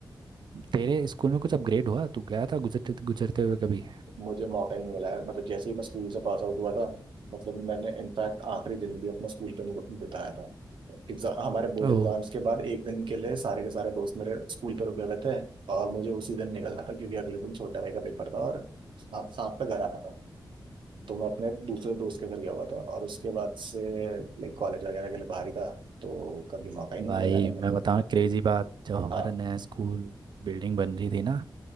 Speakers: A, on the right; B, on the right.
A: तेरे स्कूल में कुछ अपग्रेड हुआ तू गया था गुजरते गुजरते हुए कभी
B: मुझे मौका ही नहीं मिला है मतलब जैसे ही मैं स्कूल से पास आउट हुआ था मतलब मैंने इनफैक्ट आखिरी दिन भी अपना स्कूल पे नहीं बिताया था एग्जाम हमारे बोर्ड एग्जाम्स
A: ओ
B: के बाद एक दिन के लिए सारे के सारे दोस्त मेरे स्कूल पे रुके हुए थे और मुझे उसी दिन निकलना था क्योंकि अगले दिन छोटा भाई का पेपर था और साथ साथ पे घर आना था तो मैं अपने दूसरे दोस्त के घर गया हुआ था और उसके बाद से लाइक कॉलेज वगैरह के लिए बाहर ही था तो कभी मौका ही नहीं
A: भाई
B: मिला जाने का
A: मैं बताऊँ क्रेजी बात जब हमारा
B: हाँ
A: नया स्कूल बिल्डिंग बन रही थी ना